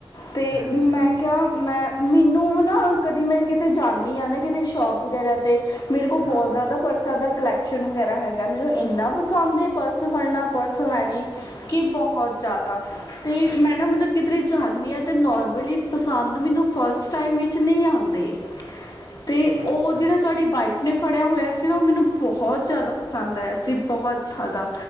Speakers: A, on the left (about 45°); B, on the right (about 70°).
A: ਤੇ
B: ਹਾਂਜੀ
A: ਮੈਂ
B: ਹਾਂਜੀ
A: ਕਿਹਾ ਮੈਂ ਮੈਨੂੰ ਨਾ ਕਦੀ ਮੈਂ ਕਿਤੇ ਜਾਂਦੀ ਹਾਂ ਨਾ ਕਿਤੇ ਸ਼ੋਪ ਵਗੈਰਾ ਤੇ ਮੇਰੇ ਕੋਲ ਬਹੁਤ
B: ਹਾਂ ਹਾਂ
A: ਜ਼ਿਆਦਾ ਪਰ- ਸਾ ਦਾ ਕਲੈਕਸ਼ਨ ਵਗੈਰਾ ਹੈਗਾ, ਮੈਨੂੰ ਇੰਨਾ ਪਸੰਦ ਏ ਪਰਸ ਫੜਨਾ, ਪਰਸ ਲੈਣੇ। ਕਿ ਬਹੁਤ ਜ਼ਿਆਦਾ, ਤੇ ਮੈਂ ਨਾ ਮਤਲਬ ਕਿਧਰੇ ਜਾਂਦੀ ਹਾਂ ਅਤੇ ਨੋਰਮਲੀ ਪਸੰਦ ਮੈਨੂੰ ਫਸਟ ਟਾਈਮ ਵਿੱਚ ਨਹੀਂ ਆਦੇ ਤੇ
B: ਅੱਛਾ
A: ਉਹ ਜਿਹੜਾ ਤੁਹਾਡੀ ਵਾਈਫ ਨੇ ਫੜਿਆ ਹੋਇਆ ਸੀ ਨਾ, ਉਹ ਮੈਨੂੰ ਬਹੁਤ ਜ਼ਿਆਦਾ ਪਸੰਦ ਆਇਆ। ਸੀ ਬਹੁਤ ਜ਼ਿਆਦਾ